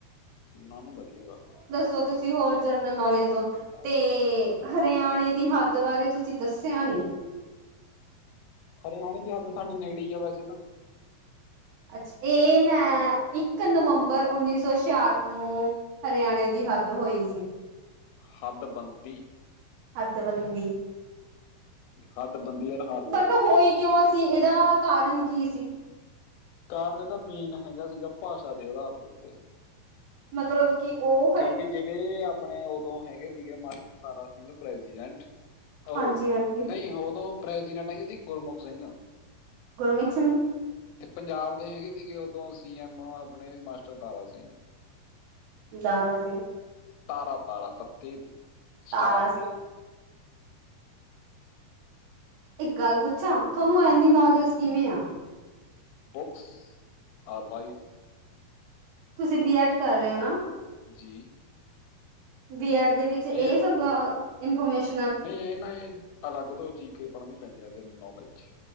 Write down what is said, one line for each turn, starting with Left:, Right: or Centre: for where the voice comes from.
Left: ਨਾ ਨਾ ਵਧੀਆ ਗੱਲ ਆ
Right: ਤੁਸੀਂ ਹੋਰ ਜਨਰਲ ਨੌਲੇਜ ਦੋ ਤੇ ਹਰਿਆਣੇ ਦੀ ਹੱਦ ਬਾਰੇ ਤੁਸੀਂ ਦੱਸਿਆ ਨੀ
Left: ਹਰਿਆਣੇ ਦੀ ਹੱਦ ਸਾਡੇ ਨੇੜੇ ਇਆ ਵੈਸੇ ਤਾਂ
Right: ਅੱਛਾ ਇਹ ਮੈਂ ਇੱਕ ਨਵੰਬਰ ਉੱਨੀ ਸੌ ਛਿਆਠ ਨੂੰ ਹਰਿਆਣੇ ਦੀ ਹੱਦ ਹੋਈ ਸੀ।
Left: ਹੱਦਬੰਤਿ। <unintelligible>
Right: ਹੱਦ ਬਨਦੀ।
Left: ਹੱਦ ਬਣਦੀ ਹੈ ਨਾ ਹੱਦ
Right: ਬਟ
Left: ਦੇ ਵਿੱਚ
Right: ਹੋਈ
Left: ਫ਼ਰਕ।
Right: ਕਿਉਂ ਸੀ ਇਹਦਾ ਕਾਰਨ ਕੀ ਸੀ।
Left: ਕਾਰਨ ਇਹਦਾ ਮੇਨ ਹੈਗਾ ਸੀਗਾ ਭਾਸ਼ਾ ਦੇ ਆਧਾਰ ਦੇ ਉੱਤੇ।
Right: ਮਤਲਬ। ਕਿ ਓ।
Left: ਕਿਉਂਕਿ ਜਿਹੜੇ ਆਪਣੇ ਉਦੋਂ ਹੈਗੇ ਸੀਗੇ ਮਾਸਟਰ ਤਾਰਾ ਸਿੰਘ ਪ੍ਰੈਜੀਡੈਂਟ ਅੳ
Right: ਹਾਂਜੀ ਹਾਂਜੀ
Left: ਨਹੀਂ ਉਦੋਂ ਪ੍ਰੈਜੀਡੇਂਟ ਹੈਗੇ ਸੀ ਗੁਰਮੁਖ ਸਿੰਘ
Right: ਗੁਰਮੀਤ ਸਿੰਘ
Left: ਤੇ ਪੰਜਾਬ ਦੇ ਹੈਗੇ ਸੀਗੇ ਉਦੋਂ ਸੀ ਐਮ ਆਪਣੇ ਮਾਸਟਰ ਤਾਰਾ ਸਿੰਘ
Right: ਦਾਰਾ ਸਿੰਘ
Left: ਤਾਰਾ ਤਾਰਾ ਤੱ ਤੇ <unintelligible> ਸਟਾਰ
Right: ਤਾਰਾ ਸਿੰਘ ਇੱਕ ਗੱਲ ਪੁੱਛਾਂ ਤੁਹਾਨੂੰ ਏਨੀ
Left: ਜੀ
Right: ਨੌਲੇਜ ਕਿਵੇਂ ਆ
Left: ਬੁੱਕਸ ਆਰ ਲਾਈਫ
Right: ਤੁਸੀਂ ਬੀ ਐਡ ਕਰ ਰਹੇ ੳ ਨਾ।
Left: ਜੀ।
Right: ਬੀ ਐਡ ਦੇ ਵਿੱਚ ਇਹ
Left: ਬੀਐਡ
Right: ਸਭ ਅ ਇਨਫੋਰਮੇਸ਼ਨ।
Left: ਨਹੀਂ ਇਹ ਨਾ ਇਹ ਅਲੱਗ ਤੋਂ ਜੀ ਕੇ ਪੜ੍ਹਨੀ ਪੈਂਦੀ ਆ ਜਨਰਲ ਨੌਲੇਜ।